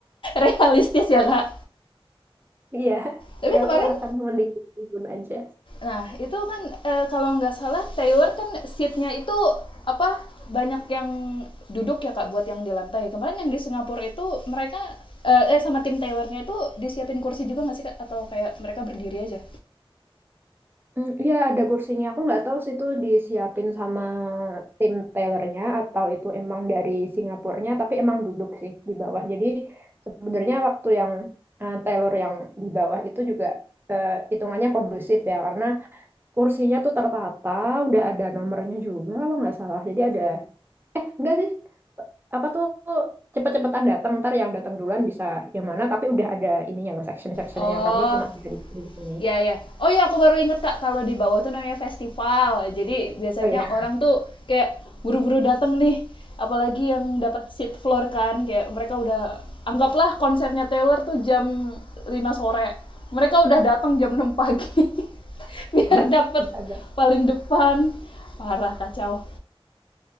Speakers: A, on the left; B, on the right.
A: realistis ya kak
B: <laughs> iya
A: tapi
B: jadi
A: kemarin
B: aku akan mending di tribun aja
A: Nah, itu kan eh, kalau nggak salah Taylor kan seatnya itu apa banyak yang duduk ya kak buat yang di lantai. Kemarin yang di Singapura itu mereka eh eh, sama tim Taylornya itu disiapin kursi juga nggak sih kak atau kayak mereka berdiri aja?
B: Mm, Iya ada kursinya. Aku nggak tahu sih itu disiapin sama tim tailornya atau itu emang dari Singapurnya, tapi emang duduk sih di bawah. Jadi sebenarnya waktu yang eh, tailor yang di bawah itu juga eh, hitungannya kondusif ya, karena kursinya tuh tertata, udah ada nomornya juga kalau nggak salah. Jadi ada, eh enggak sih, apa tuh cepet-cepetan datang ntar yang datang duluan bisa yang mana, tapi udah ada ininya loh section-sectionnya.
A: Oh,
B: Kamu cuma bisa di sini di sini.
A: Ya ya. Oh iya aku baru inget Kak, kalau di bawah tuh namanya festival. Jadi biasanya
B: Oh ya.
A: orang tuh kayak buru-buru datang nih, apalagi yang dapat seat floor kan, kayak mereka udah anggaplah konsernya Taylor tuh jam 5 sore. Mereka udah datang jam 6 pagi <laughs> biar
B: <laughs>
A: dapat
B: agak.
A: paling depan. Parah kacau.